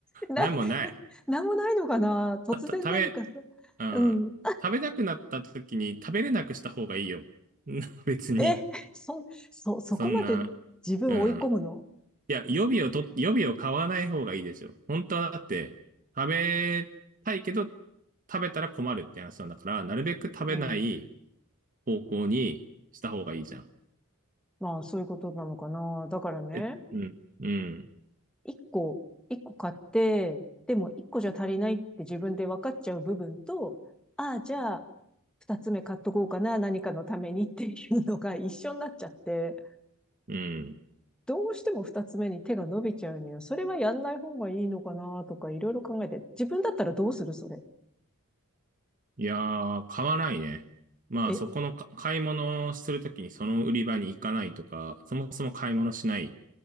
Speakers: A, in the centre; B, on the right (about 40°).
A: な、
B: なんもない。
A: なんもないのかな突然何かさ。
B: た、た食べ、うん。
A: うん。
B: 食べたくなった時に食べれなくした方がいいよ。<laughs> 別に。
A: え、そ、そ、そこまで自分を追い込むの
B: そんな、うん。いや、予備をと、予備を買わない方がいいでしょ。本当はだって、食べたいけど、食べたら困るって話なんだから、なるべく食べない
A: うん。
B: 方向にした方がいいじゃん。
A: まあ、そういうことなのかな。だからね、
B: え、うん、うん、
A: 一個、一個買って、でも一個じゃ足りないって自分で分かっちゃう部分と、ああ、じゃあ、二つ目買っとこうかな、何かのためにっていうのが一緒になっちゃって、
B: うん。
A: どうしても二つ目に手が伸びちゃうには、それはやんない方がいいのかなとかいろいろ考えて、自分だったらどうするそれ。
B: いやー、買わないね。まあ、
A: え、
B: そこのか買い物をするときにその売り場に行かないとか、そもそも買い物しない